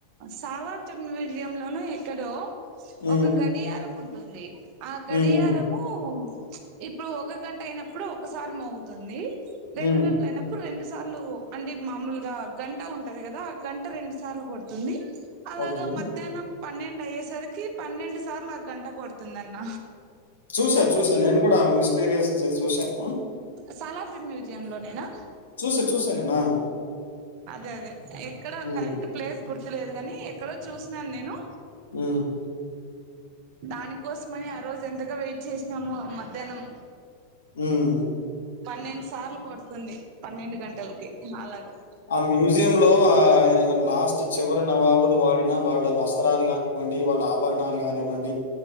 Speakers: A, on the right; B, on the left.
A: సాలార్జ మ్యూజియం లోన ఎక్కడో
B: హ్మ్.
A: ఒక గడియారం ఉంటుంది ఆ గడియారము
B: హ్మ్. హ్మ్.
A: ఇప్పుడు ఒక గంట అయినప్పుడు ఒకసారి మోగుతుంది రెండు
B: హ్మ్.
A: గంటే అయినప్పుడు రెండు సార్లు అంటే మామూలుగా గంట ఉంటది కదా ఆ గంట రెండు సార్లు కొడుతుంది అలాగా
B: ఓకే.
A: మధ్యాహ్నం పన్నెండు అయ్యేసరికి పన్నెండు సార్లు ఆ గంట కొడుతుంది అన్న
B: చూసా చూసా నేను కూడా ఆ మిస్టీరియస్ చూశాను
A: సాలాజమ మ్యూజియ లోనేనా
B: చూసా చూసా నేను అహ్
A: అదే అదే ఎక్కడో
B: హ్మ్.
A: కరెక్ట్ ప్లేస్ గుర్తులేదు గాని ఎక్కడో చూసినాను నేను
B: ఊ
A: దానికోసమని ఆ రోజు ఎంతగా వెయిట్ చేసినామో మధ్యాహ్నం
B: ఉమ్
A: పన్నెండు సార్లు కొడుతుంది పన్నెండు గంటలకి అలాగా
B: ఆ మ్యూజియం లో ఆ లాస్ట్ చివరి నవాబులు వాడిన వాళ్ళ వస్త కానివ్వండి వాళ్ళ ఆభరణాలు కానివ్వండి